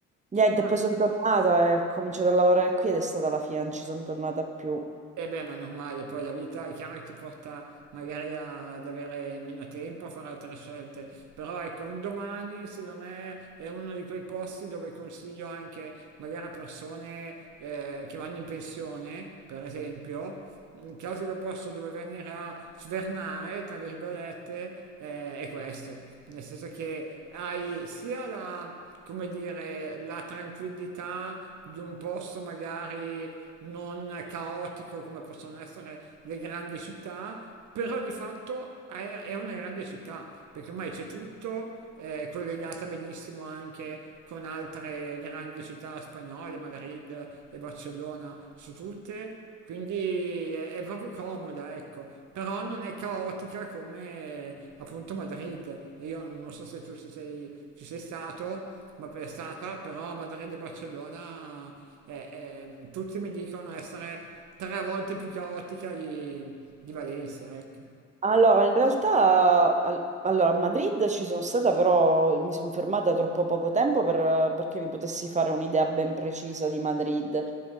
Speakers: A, on the right (about 25°); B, on the right (about 75°).
A: Niente,
B: Ah,
A: poi sono tornata e ho cominciato a lavorare qui ed è stata la fine, non ci sono tornata più.
B: E beh, ma è normale, poi la vita è chiaro che ti porta magari a- ad avere meno tempo, a fare altre scelte, però ecco, un domani secondo me è uno di quei posti dove consiglio anche magari a persone eh, che vanno in pensione, per esempio, un classico posto dove venire a svernare, tra virgolette, eh, è questo, nel senso che hai sia la come dire, la tranquillità di un posto magari non caotico come possono essere le grandi città, però di fatto è, è una grande città, perché ormai c'è tutto, è collegata benissimo anche con altre grandi città spagnole, Madrid e Barcellona su tutte, quindi è, è proprio comoda, ecco, però non è caotica come appunto Madrid. E Io non so se tu ci sei, ci sei stato, ma è stata, però Madrid e Barcellona eh, eh, tutti mi dicono essere tre volte più caotica di, di Valencia, ecco.
A: Allora, in realtà, al- allora, a Madrid ci sono stata, però mi sono fermata troppo poco tempo per- perché mi potessi fare un'idea ben precisa di Madrid.